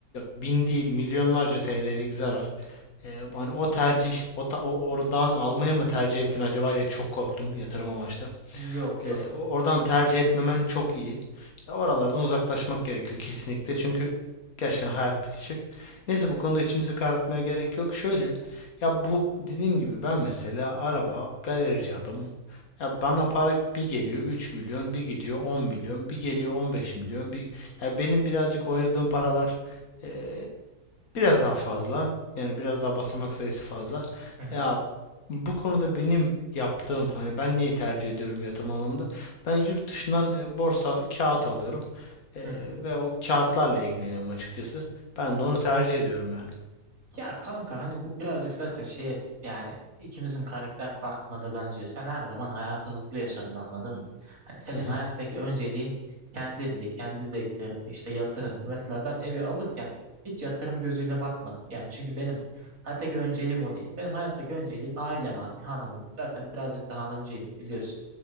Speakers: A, on the left; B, on the right.
A: bin değil milyonlarca TL'lik zarar. Ee, hani o tercih, o, ta- o- oradan almayı mı tercih ettin acaba diye çok korktum yatırım amaçlı.
B: Yok yok.
A: Ee, o- oradan tercih etmemen çok iyi. E, oralardan uzaklaşmak gerekiyor kesinlikle çünkü gerçekten hayat bitecek. Neyse bu konuda içimizi karartmaya gerek yok. Şöyle, ya bu dediğim gibi ben mesela araba, galerici adamım. Ya bana para bir geliyor 3 milyon, bir gidiyor 10 milyon, bir geliyor 15 milyon, bir... Ya benim birazcık oynadığım paralar e, Biraz daha fazla. Yani biraz daha basamak sayısı fazla.
B: Hı hı,
A: Ya bu konuda benim yaptığım hani ben neyi tercih ediyorum yatırım anlamında? Ben yurt dışından e, borsa kağıt alıyorum. E,
B: hı hı.
A: ve o kağıtlarla ilgileniyorum açıkçası. Ben de onu tercih ediyorum yani.
B: Ya kanka hani bu birazcık zaten şeye yani ikimizin karakter farkına da benziyor. Sen her zaman hayatı hızlı yaşadın anladın mı? Hani senin
A: Hı hı,
B: hayattaki önceliğin kendindi, kendi zevklerindi, işte yatırımdı. Mesela ben evi alırken hiç yatırım gözüyle bakmadım. Yani çünkü benim hayattaki önceliğim o değil. Benim hayattaki önceliğim ailem abi, hanımım. Zaten birazcık da hanımcıyım biliyorsun.